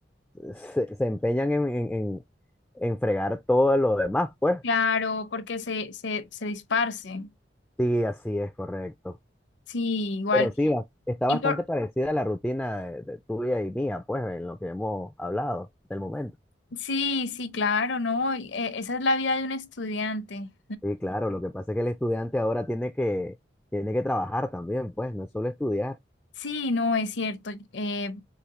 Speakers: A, in the centre; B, on the left.
A: se, se empeñan en, en, en, en fregar todo lo demás, pues.
B: claro, porque se, se, se disparcen.
A: Sí, así es correcto.
B: Sí, igual.
A: Pero sí, va- está
B: Y
A: bastante
B: por...
A: parecida a la rutina de, de tuya y mía, pues, en lo que hemos hablado del momento.
B: Sí, sí, claro, ¿no? Y, eh, Esa es la vida de un estudiante.
A: Sí, claro, lo que pasa es que el estudiante ahora tiene que, tiene que trabajar también, pues, no es solo estudiar.
B: Sí, no, es cierto. Eh,